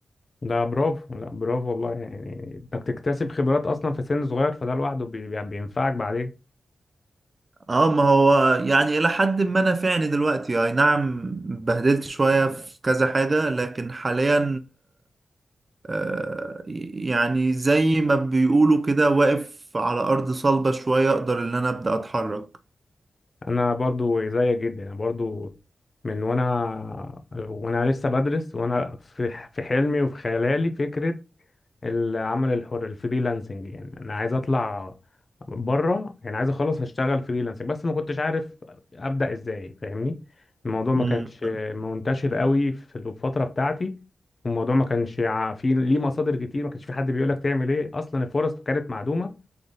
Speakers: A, on the left; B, on the right.
A: ده برافو لا برافو والله يعني انك تكتسب خبرات اصلا في سن صغير فده لوحده بي- بينفعك بعدين
B: اه ما هو يعني الى حد ما نافعني دلوقتي اي نعم بهدلت شوية في كذا حاجة لكن حاليا آه، يعني زي ما بيقولوا كده واقف على ارض صلبة شوية اقدر ان انا ابدأ اتحرك
A: انا برضو زيك جدا انا برضو من وانا وانا لسه بدرس وانا في في حلمي وفي خيالي فكره العمل الحر الفريلانسنج يعني انا عايز اطلع بره يعني عايز اخلص هشتغل فريلانسنج بس ما كنتش عارف ابدا ازاي فاهمني الموضوع ما
B: امم
A: كانش منتشر قوي في الفتره بتاعتي والموضوع ما كانش ع- فيه ليه مصادر كتير ما كانش في حد بيقولك تعمل ايه اصلا الفرص كانت معدومه